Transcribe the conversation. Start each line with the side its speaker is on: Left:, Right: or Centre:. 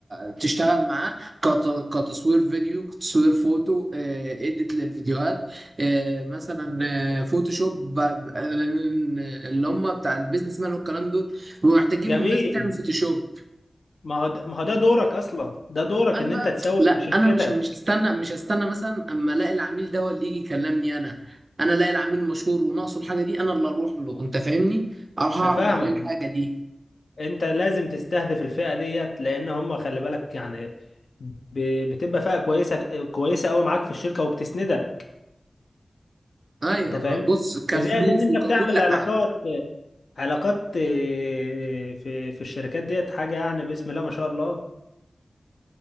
Right: تشتغل معاه كت- كتصوير فيديو تصوير فوتو اديت للفيديوهات آه، مثلا آه، فوتوشوب بقى- اللي هم بتاع البيزنس مان والكلام دول بيبقوا محتاجين
Left: جميل
Right: الناس تعمل فوتوشوب
Left: ما هو ده- ما هو ده دورك اصلا ده دورك
Right: انا
Left: ان
Right: بقى
Left: انت تسوق
Right: لا
Left: لشركتك
Right: انا مش مش هستنى مش هستنى مثلا اما الاقي العميل ده هو اللي يجي يكلمني انا انا الاقي العميل مشهور وناقصه الحاجه دي انا اللي اروح له انت فاهمني اروح اعرض
Left: انا فاهمك
Right: عليه الحاجه دي
Left: انت لازم تستهدف الفئه ديت لان هم خلي بالك يعني ب- بتبقى فئه كويسه كويسه قوي معاك في الشركه وبتسندها
Right: ايوه
Left: انت فاهمني
Right: بص كفلوس
Left: وزائد ان انت
Right: وككل
Left: بتعمل علاقات
Right: حاجه
Left: علاقات آه، في في الشركات ديت حاجه يعني بسم الله ما شاء الله